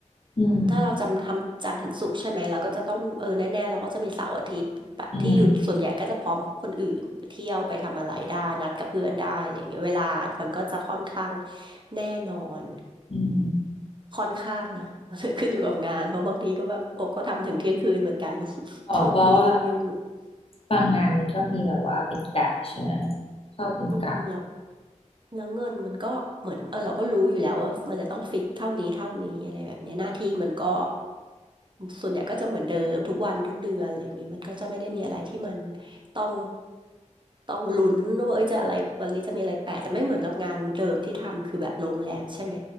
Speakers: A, on the left; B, on the right.
A: อืม
B: ถ้าเราจำทำจันทร์ถึงศุกร์ใช่ไหมเราก็จะต้องเออแน่ๆเราก็จะมีเสาร์อาทิตย์แบบที่หยุดส่วนใหญ่ก็จะพร้อมคนอื่นไปเที่ยวไปทำอะไรได้นัดกับเพื่อนได้อะไรเงี้ยเวลามันก็จะค่อนข้าง
A: อืม
B: แน่นอน
A: อืม
B: ค่อนข้างนะ <laughs> ขึ้นอยู่กับงานเพราะบางทีก็แบบโอ้ก็ทำถึงเที่ยงคืนเหมือนกัน
A: อ๋อเพราะว่า
B: <laughs> ช่วงที่ยุ่ง
A: บางงานมันก็มีแบบว่าเป็นกะใช่ไหมเข้าเป็นกะ
B: ๆเออแล้ว แล้วเงินมันก็เหมือนเออเราก็รู้อยู่แล้วว่ามันจะต้องฟิกเท่านี้เท่านี้อะไรแบบเนี้ยหน้าที่มันก็ส่วนใหญ่ก็จะเหมือนเดิมทุกวันทุกเดือนอะไรอย่างเงี้ยมันก็จะไม่ได้มีอะไรที่มันต้องต้องลุ้นว่าเอ้ยจะอะไรวันนี้จะมีอะไรแปลกแต่ไม่เหมือนกับงานเดิมที่ทำคือแบบโรงแรมใช่ไหม